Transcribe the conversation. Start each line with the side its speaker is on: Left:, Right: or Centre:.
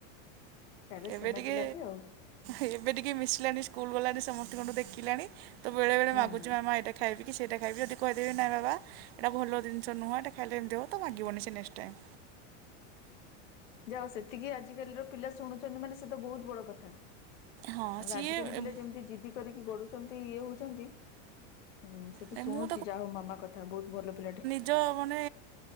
Left: ତାହେଲେ
Right: ଏବେ
Left: ସୁନା
Right: ଟିକେ
Left: ପିଲାଟେ ଆଉ
Right: ଏବେ ଟିକେ ମିଶିଲାଣି ସ୍କୁଲ୍ ଗଲାଣି ସମସ୍ତିଙ୍କଠୁ ଦେଖିଲାଣି ତ ବେଳେ ବେଳେ
Left: ହୁଁ
Right: ମାଗୁଛି ମାମା ଏଟା ଖାଇବି। ସେଇଟା ଖାଇବି ଯଦି କହିଦେବି ନାଇ ବାବା ଏଟା ଭଲ ଜିନ୍ଷ ନୁହଁ, ଏଇଟା ଖାଇଲେ ଏମିତି ହେବ ତ ମାଗିବନି ସେ ନେସ୍ ଟାଇମ୍।
Left: ଯାଉ ସେତିକି ଆଜିକାଲିର ପିଲା ଶୁଣୁଛନ୍ତି ମାନେ ସେ ତ ବୋହୁତ୍ ବଡ କଥା।
Right: ହଁ
Left: ନହେଲେ
Right: ସିଏ
Left: ଆଜିକାଲି ପିଲା ଯେମିତି ଜିଦି କରିକି ଗଡୁଚନ୍ତି ଇଏ ହୋଉଚନ୍ତି। ହୁଁ ସେ ତ
Right: ନାଇଁ
Left: ଶୁଣୁଛିି
Right: ମୁଁ
Left: ଯାହା ହଉ ମାମା କଥା ବୋହୁତ୍ ଭଲ ପିଲାଟେ।
Right: ହଁ ମା‌ନେ